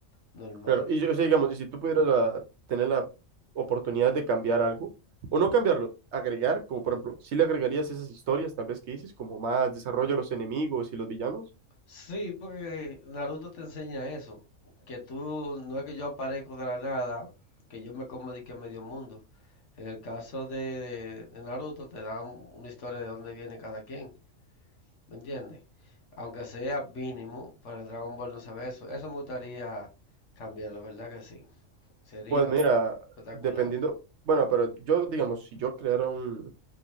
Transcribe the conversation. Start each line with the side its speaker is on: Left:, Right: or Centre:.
Left: normal.
Right: Claro, y yo, o sea, digamos, y si tú pudieras la- tener la oportunidad de cambiar algo, o no cambiarlo, agregar, como por ejemplo, si le agregarías esas historias, tal vez que dices, como más desarrollo a los enemigos y los villanos,
Left: Sí, porque Naruto te enseña eso, que tú, no es que yo aparezco de la nada, que yo me como de que medio mundo. En el caso de, de Naruto te dan una historia de dónde viene cada quien, ¿me entiendes? Aunque sea mínimo, pero en Dragon Ball no se ve eso. Eso me gustaría cambiarlo, ¿verdad que sí? Sería
Right: pues mira,
Left: espectacular.
Right: dependiendo, bueno, pero yo, digamos, si yo creara un,